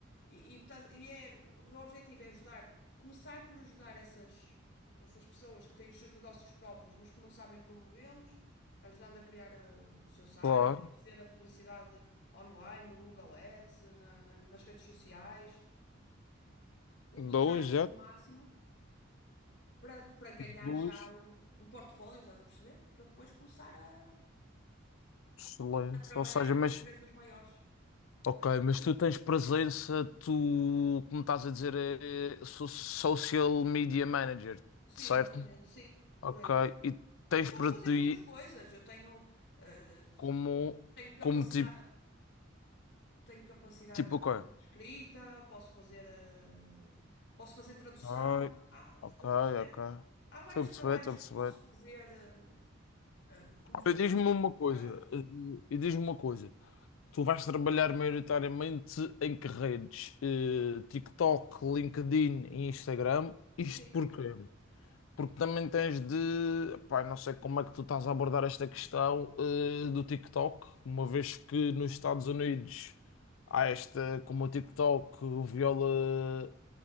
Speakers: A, on the left; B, on the left.
A: E, e, tá- e é, o o meu objetivo é ajudar, começar por ajudar essas, essas pessoas que têm os seus negócios próprios, mas que não sabem promovê-los, ajudando a criar eh, o seu site,
B: Claro.
A: a fazer a publicidade online, no Google Ads, na- na- nas redes sociais, utilizar
B: Dois,
A: isso
B: já.
A: ao máximo. Para, para ganhar
B: Duas.
A: já um, um portfólio, estás a perceber? Para depois começar a,
B: Excelente.
A: a trabalhar
B: Ou seja,
A: com
B: mas.
A: empresas maiores.
B: Ok, mas tu tens presença, tu, como estás a dizer, é so- social media manager,
A: Sim,
B: certo?
A: exatamente, sim,
B: Ok,
A: por aí.
B: e tens
A: Mas posso
B: para
A: fazer
B: ti
A: outras coisas. Eu tenho, eh,
B: como,
A: tenho capacidade,
B: como tipo,
A: tenho capacidade
B: tipo, ok.
A: de escrita, posso fazer, eh, posso fazer tradução.
B: Ok,
A: Ah,
B: ok,
A: estás a perceber?
B: ok.
A: Há vários
B: Estou a perceber,
A: trabalhos
B: estou a
A: que
B: perceber.
A: posso fazer, eh, eh, como freelancer,
B: E diz-me uma
A: por
B: coisa,
A: acaso.
B: eh, e diz-me uma coisa. Tu vais trabalhar maioritariamente em que redes? Eh, TikTok, LinkedIn e Instagram. Isto
A: Sim,
B: porquê? Porque também tens de. Pá, não sei como é que tu estás a abordar esta questão, eh, do TikTok, uma vez que nos Estados Unidos há esta, como o TikTok viola